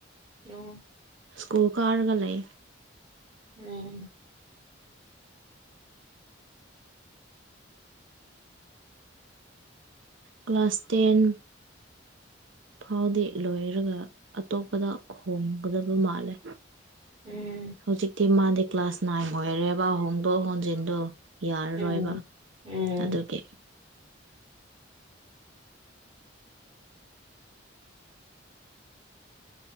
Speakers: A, on the right; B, on the right.
A: ꯑꯝ
B: ꯁ꯭ꯀꯨꯜ ꯀꯥꯔꯒ ꯂꯩ
A: ꯎꯝ
B: ꯀ꯭ꯂꯥꯁ ꯇꯦꯟ ꯐꯥꯎꯗꯤ ꯂꯣꯏꯔꯒ ꯑꯇꯣꯞꯄꯗ ꯍꯣꯡꯒꯗꯕ ꯃꯥꯜꯂꯦ
A: ꯎꯝ
B: ꯍꯧꯖꯤꯛꯇꯤ ꯃꯥꯗꯤ ꯀ꯭ꯂꯥꯁ ꯅꯥꯏꯟ ꯑꯣꯏꯔꯔꯦꯕ ꯍꯣꯡꯗꯣꯛ ꯍꯣꯟꯖꯤꯟꯗꯣ ꯌꯥꯔꯔꯣꯏꯕ
A: ꯎꯝ ꯎꯝ
B: ꯑꯗꯨꯒꯤ